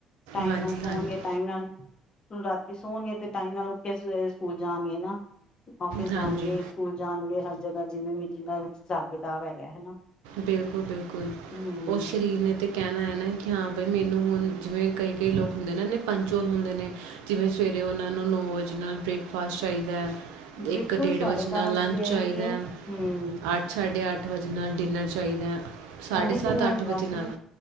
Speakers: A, on the left; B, on the right.
A: ਟਾਈਮ
B: ਹਾਂਜੀ
A: ਨਾਲ ਸੋਣਗੇ
B: ਹਾਂਜੀ
A: ਟਾਈਮ ਨਾਲ ਸੋਣਗੇ ਤੇ ਟਾਈਮ ਨਾਲ ਉੱਠ ਕੇ ਸਕੂਲ ਜਾਣਗੇ ਨਾ। ਓਫਿਸ
B: ਹਾਂਜੀ
A: ਜਾਣਗੇ, ਸਕੂਲ ਜਾਣਗੇ। ਜਗ੍ਹਾ ਜਿਵੇਂ ਵੀ ਜਿਨਾਂ ਦਾ ਹਿਸਾਬ ਕਿਤਾਬ ਹੈਗਾ ਹਨਾ।
B: ਬਿਲਕੁਲ-ਬਿਲਕੁਲ ਬਿਲਕੁਲ
A: ਹਮ
B: ਉਹ ਸਰੀਰ ਨੇ ਤੇ ਕਹਿਣਾ ਹੈ ਨਾ ਕਿ ਹਾਂ ਬਈ ਮੈਨੂੰ ਹੁਣ ਜਿਵੇਂ ਕਈ-ਕਈ ਲੋਕ ਹੁੰਦੇ ਨੇ ਨਾ ਪੰਕਚੁਅਲ ਹੁੰਦੇ ਨੇ, ਜਿਵੇਂ ਸਵੇਰੇ ਉਹਨਾਂ ਨੂੰ ਨੌ ਵਜੇ ਨਾਲ ਬ੍ਰੇਕਫਾਸਟ ਚਾਹੀਦਾ
A: ਬਿਲਕੁਲ
B: ਇੱਕ-ਡੇੜ
A: ਸਾਡੇ
B: ਵਜੇ ਨਾਲ
A: ਘਰਾਂ
B: ਲੰਚ
A: ਚ ਵੀ ਇਹੀ
B: ਚਾਹੀਦਾ,
A: ਹੈ ਹਮ
B: ਅੱਠ ਸਾਡੇ ਅੱਠ ਵਜੇ ਨਾਲ ਡਿਨਰ ਚਾਹੀਦਾ ਹੈ ਸਾਢੇ
A: ਉਹੀ
B: ਸੱਤ
A: ਤੇ ਮੈਂ
B: ਅੱਠ ਵਜੇ
A: ਵੈਸੇ,
B: ਨਾਲ